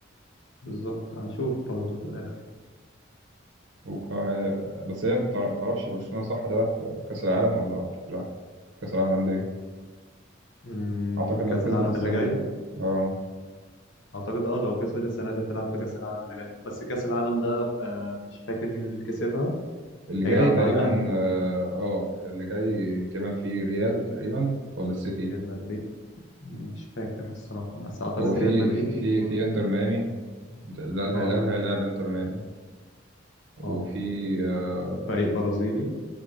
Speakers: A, on the left (about 65°); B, on the right (about 60°).
A: بالظبط هنشوف برضو في الآخر
B: وكان بس هي متعر- متعرفش برشلونة صح هتلعب في كأس العالم ولا مش هتلعب كأس العالم للأندية
A: مم.
B: أعتقد لو
A: كأس
B: كسبت
A: العالم
B: السنة
A: اللي جاي
B: دي يعني. اه
A: أعتقد أه لو كسبت السنة دي هتلعب في كأس العالم اللي جاي بس كأس العالم ده آه، مش فاكر مين اللي كسبها
B: اللي
A: هيلعب
B: جاي تقريبا
A: مع الأهلي
B: اه آه، اللي جاي تقريبا في ريال تقريبا ولا السيتي
A: ريال مدريد مش فاكر الصراحة بس أعتقد
B: هو في
A: ريال مدريد
B: في في,
A: و...
B: في انتر ميامي ده ده اللي هيلاعب
A: أه
B: هيلاعب انتر ميامي وفي
A: أه
B: آه
A: فريق برازيلي